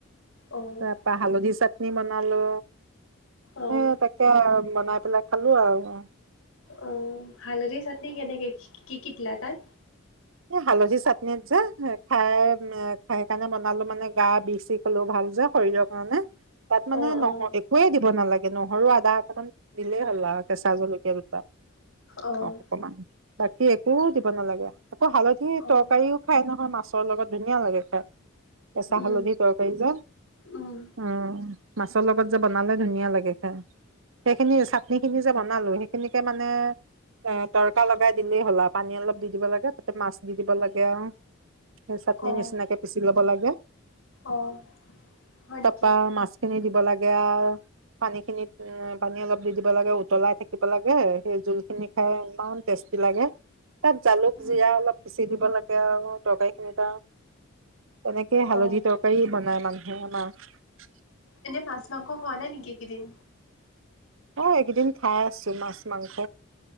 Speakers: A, on the left (about 80°); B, on the right (about 70°).
A: অ',
B: তাৰ পা হালধি চ নি বনালো
A: অ'।
B: উ তাকে বনাই পেলাই খালো আৰু
A: অ হালধি চাটনি কেনেইক কি কি দিলা তাত
B: এ হালধি চাটনিত যে খাই খাইেই কাৰণে বনালো মানে গা বিষি হলো ভাল যে শৰীৰৰ কাৰণে তাত মানে
A: অ',
B: নহ
A: অ',
B: একোৱে দিব নালাগে নহৰু আদা অকণমান দিলেই হ'ল আৰু কেঁচা জলকীয়া কীয়া দুটা
A: অ',
B: অকন মান বাকী একো দিব নালাগে আকৌ হালধি
A: অ',
B: তৰকাৰিও খাই নহয় মা মাছৰ লগত ধুনীয়া লাগে খাই কেঁচা
A: উম,
B: হালধি তৰকাৰী জ
A: উম,
B: উম মাছৰ লগত যে বনালে ধুনীয়া লাগে খাই সেইখিনি চাটনি খিনি যে বনালো সেইখিনিকে মানে এ তৰকা লগাই দিলেই হ'লা পানী অলপ দি দিব লাগে ত মাছ দি দিব লাগে আৰু চাটনি
A: অ',
B: নিচিনাকে পিচি ল'ব লাগে
A: অ', হয়
B: তাপা
A: নেকি?
B: মাছ খিনি দি পঠালে। লাগে অও আৰু পানী খিনিত পানী অলপ দি দিব লাগে উতলাই থাকিব লাগে সেই জোল খিনি খাই ইমান টেষ্টি লাগে তাত জালুক।
A: উম,
B: জিৰা অলপ পিচি দিব লাগে আৰু তৰকাৰী খিনি ত। কেনেকে হালধি
A: অ',
B: তৰকাৰী বনাই। নাই মানুহে নাই।
A: এনে মাছ মাংস খোৱা নাই নেকি কেইদিন।
B: অঁ এইকেইদিন খাই আছো মাছ মাংস